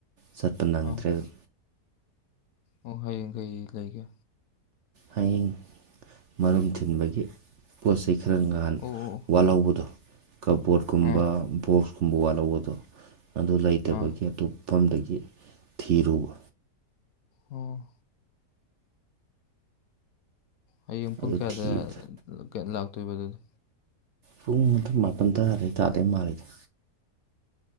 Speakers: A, on the right (about 60°); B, on the left (about 70°).
A: ꯆꯠꯄ ꯅꯪꯗ꯭ꯔꯦ
B: ꯑꯥ
A: ꯑꯗꯨꯝ
B: ꯑꯣ ꯍꯌꯦꯡ ꯀꯩ ꯂꯩꯒꯦ
A: ꯍꯌꯦꯡ ꯃꯔꯨꯝ ꯊꯤꯟꯕꯒꯤ ꯄꯣꯠ ꯆꯩ ꯈꯔ ꯉꯍꯥꯟ
B: ꯑꯣ ꯑꯣ
A: ꯋꯥꯠꯍꯧꯕꯗꯣ ꯀꯕꯣꯔꯠꯀꯨꯝꯕ
B: ꯑꯥ
A: ꯕꯣꯛꯁ ꯁꯨꯝꯕ ꯋꯥꯠꯍꯧꯕꯗꯣ ꯑꯗꯨ ꯂꯩꯇꯕꯒꯤ
B: ꯑꯥ
A: ꯑꯇꯣꯞꯐꯝꯗꯒꯤ ꯊꯤꯔꯨꯕ
B: ꯎꯝ ꯍꯌꯦꯡ ꯄꯨꯡ
A: ꯑꯗꯨ
B: ꯀꯌꯥꯗ
A: ꯊꯤꯕꯗ
B: ꯂꯥꯛꯇꯣꯏꯕ ꯑꯗꯨꯗꯤ
A: ꯄꯨꯡ ꯑꯃ ꯃꯥꯄꯟ ꯇꯥꯔꯩ ꯇꯥꯔꯩ ꯃꯥꯜꯂꯤꯗ